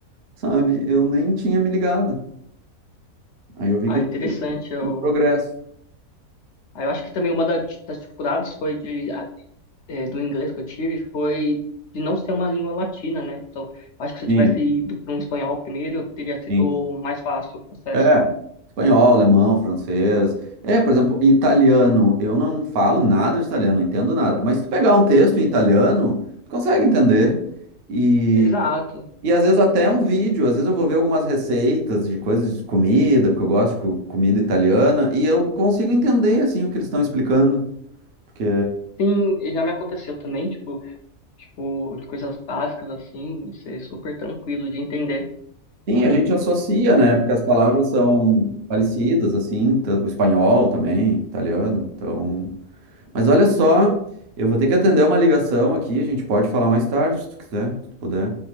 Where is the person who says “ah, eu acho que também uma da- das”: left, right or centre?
Left